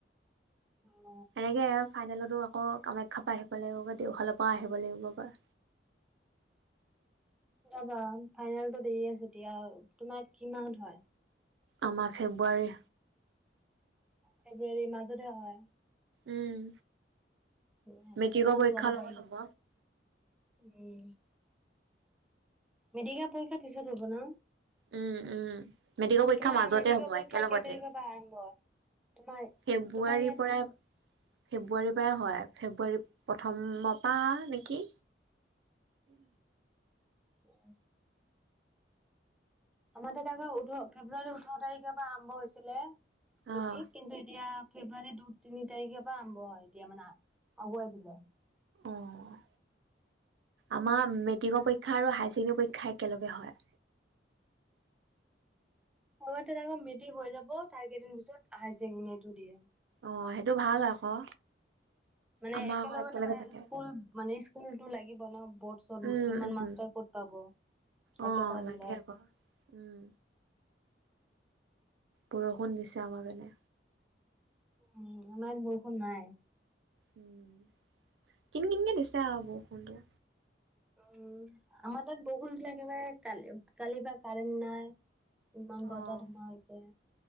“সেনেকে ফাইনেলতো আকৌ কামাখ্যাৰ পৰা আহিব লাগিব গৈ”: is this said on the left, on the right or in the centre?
Right